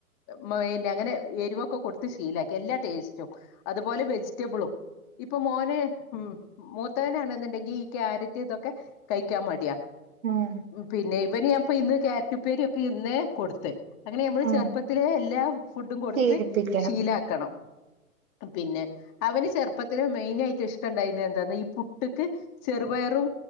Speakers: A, on the left; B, on the right.
A: പിന്നെ അങ്ങനെ എരിവൊക്കെ കൊടുത്ത് ശീലക്കി എല്ലാ ടേസ്റ്റും അതുപോലെ വെജിറ്റബിളും ഇപ്പൊ മോന് ഉ മൂത്തവനാണെന്നുണ്ടെങ്കിൽ ഈ ക്യാരറ്റ് ഇതൊക്കെ കഴിക്കാൻ മടിയാ
B: ആഹ്
A: പിന്നെ ഇവന് ഞാൻപ്പ ഇന്ന് കാരറ്റ് പേരി ഒക്കെ ഇന്ന് കൊടുത്ത അങ്ങനെ നമ്മള്
B: ആഹ്
A: ചെറുപ്പത്തിലെ എല്ലാ ഫുഡും കൊടുത്ത്
B: ശീലിപ്പിക്കണം
A: ശീലാക്കണം പിന്നെ അവന് ചെറുപ്പത്തി മെയിനാ യിട്ട് ഇഷ്ടുണ്ടായിുന്ന എന്താന്ന ഈ പുട്ട്ക്ക് ചെറുപയറും